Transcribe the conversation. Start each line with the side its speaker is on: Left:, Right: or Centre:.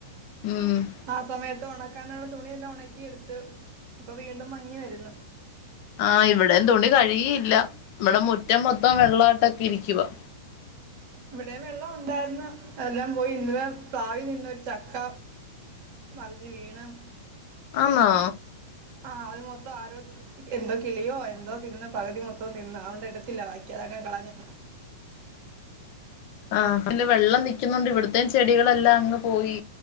Left: ഉം
Right: ആ സമയത്ത് ഉണക്കാനുള്ള തുണിയെല്ലാം ഉണക്കി എടുത്ത് ഇപ്പൊ വീണ്ടും മങ്ങി വരുന്നു
Left: ആ ഇവിടെ തുണി കഴിയയില്ല ഇവിടെ മുറ്റം മൊത്തം വെള്ളാട്ടൊക്കെ ഇരിക്കവാ
Right: ഇവിടെ വെള്ളം ഉണ്ടായിന്ന് എല്ലാം പോയി ഇന്നല പ്രാവിൽ നിന്നൊരു ചക്ക മറിഞ്ഞ് വീണം
Left: ആന്നോ
Right: ആഹ് അത് മൊത്തം ആരോ എന്തോ കിളിയോ എന്തോ തിന്ന് പകുതി മൊത്തം തിന്ന് അതൊണ്ട് ഇടുത്തില്ല വായിക്കാ അതങ്ങെ കളഞ്ഞു
Left: ആഹ അെ വെള്ളം നിക്കുന്നുണ്ട് ഇവിടത്തേയും ചെടികളെല്ലാം അങ്ങ് പോയി